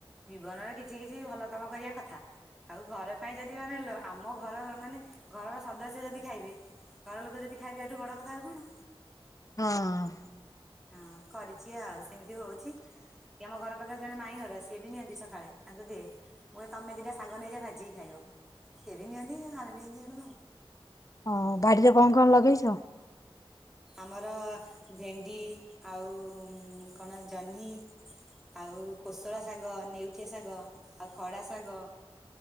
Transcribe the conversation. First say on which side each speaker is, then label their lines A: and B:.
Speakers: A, in the centre; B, on the left.
A: ଜୀବନରେ କିଛି କିଛି ଭଲ କାମ କରିବା କଥା ଆଉ ଘର ପାଇଁ ଯଦି ମାନେ ଆମ ଘରର ମାନେ ଘରର ସଦସ୍ୟ ଯଦି ଖାଇବେ ଘର ଲୋକ ଯଦି ଖାଇବାଠୁ ବଡ କଥା ଆଉ କଣ
B: ହଁ
A: ହଁ କରିଛି ଆଉ ସେମିତି ହଉଛି କି ଆମ ଘର ଜଣେ ମାଇଁ ଘର ସିଏ ବି ନିଅନ୍ତି ସକାଳେ ତାଙ୍କୁ ଦିଏ ମୁଁ କହେ ତମେ ଦିଟା ଶାଗ ନେଇଯା ଭାଜିକି ଖାଇବ। ସିଏ ବି ନିଅନ୍ତି ଆମେ ବି ଏମିତି ଆଣୁ ଆଉ।
B: ହଁ ବାଡିରେ କଣ କଣ ଲଗେଇଚ?
A: ଆମର ଭେଣ୍ଡି ଆଉ କଣ ଜହ୍ନି ଆଉ କୋଷଳା ଶାଗ ନେଉଟିଆ ଶାଗ ଆଉ ଖଡା ଶାଗ